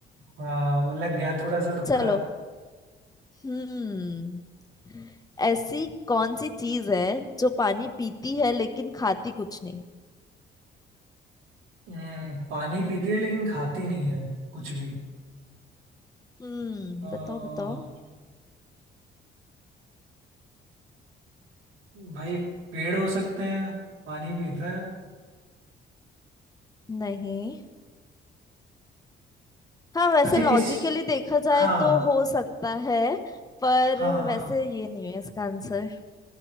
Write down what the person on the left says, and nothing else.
चलो हम्म ऐसी कौन सी चीज है जो पानी पीती है लेकिन खाती कुछ नहीं
हम्म
बताओ बताओ
नहीं हाँ वैसे
लॉजिकली
देखा जाए
तो हो सकता है पर
वैसे ये नहीं है इसका आंसर